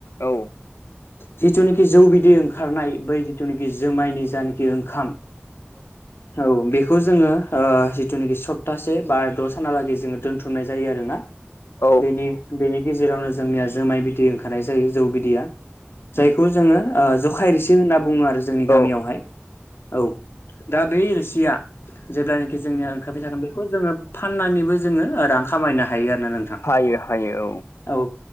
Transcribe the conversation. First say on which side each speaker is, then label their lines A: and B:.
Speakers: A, on the left; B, on the left.
A: औ
B: जिथुनेखि जौ बिदै ओंखारनाय बै जिथुनेखि जोमायनि जानेखि ओंखाम औ बेखौ जोङो ओ जिथुनेखि सत्तासे बा द' सानहालागै जोङो दोन्थुमनाय जायो आरोना
A: औ
B: बेनि बेनि गेजेरावनो जोंनिया जोमाय बिदै ओंखारनाय जायो जौ बिदैया जायखौ जोङो ओ जखाय रोसि होनना बुङो आरो जोंनि
A: औ
B: गामियावहाय औ दा बे रोसिया जेब्लानेखि जोंनि या ओंखारबाय थागोन बेखौ जोङो फाननानैबो जोङो रां खामायनो हायो आरोा नों थां
A: हायो हायो
B: औ